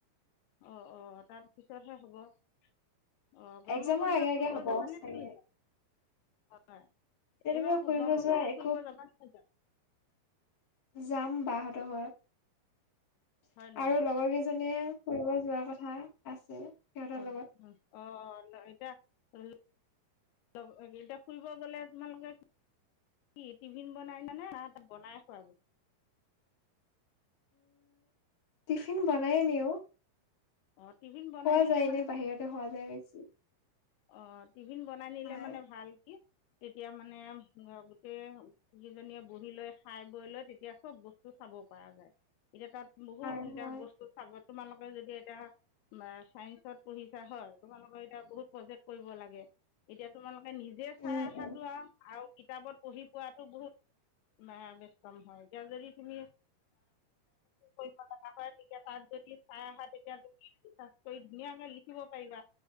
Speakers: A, on the left (about 80°); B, on the left (about 35°).
A: অ অ তাৰপিছতহে হ'ব। অ গৰম
B: এক্জামৰ
A: বন্ধত
B: আগে আগে
A: ফুৰিব
B: হ'ব
A: যাবানে
B: চাগে
A: নোযোৱা? হয়।
B: তেনেকুৱা
A: এইবাৰ
B: ফুৰিব
A: গৰমৰ
B: যোৱা
A: বন্ধত
B: একো
A: ফুৰিব যাবা নে নোযোৱা?
B: যাম বাহঁতৰ ঘৰত
A: হয় নেকি
B: আৰু লগৰ কেইজনীয়ে ফুৰিব যোৱাৰ কথা আছে। সিহঁতৰ
A: অঁ,
B: লগত
A: অঁ, এতিয়া এতিয়া ফুৰিব গ'লে তোমালোকে কি টিভিন বনাই নিয়া নে বনাই খোৱাগৈ?
B: টিফিন বনাইয়ে নিউ।
A: অঁ টিফিন বনাই
B: খোৱা
A: নিলে
B: যায় এনে বাহিৰতে খোৱা যায় বেছি।
A: অ টিফিন বনাই নিলে
B: হয়
A: মানে ভাল কি তেতিয়া মানে গোটেই কেইজনীয়ে বুহি লৈ খাই বৈ লৈ তেতিয়া চব বস্তু চা ব পাৰা যায়। এতিয়া তাত বহুত
B: হয়
A: এতিয়া
B: হয়
A: বস্তু চাব তোমালোকে যদি এতিয়া চাইন্স ত পঢ়িছা হয়, তোমালোকৰ এতিয়া বহুত প্ৰজেক্ট কৰিব লাগে। এতিয়া তোমালোকে নিজে চাই
B: উম
A: অহাতো
B: উম
A: আৰু কিতাপত পঢ়ি পোৱাতো বহুত ম বছম হয়, এতিয়া যদি তুমি কৰিব লগা হয়, তেতিয়া তাত যদি চাই আহা তেতিয়া তুমি ৰিচাৰ্জ কৰি ধুনীয়া লিখিব পাৰিবা।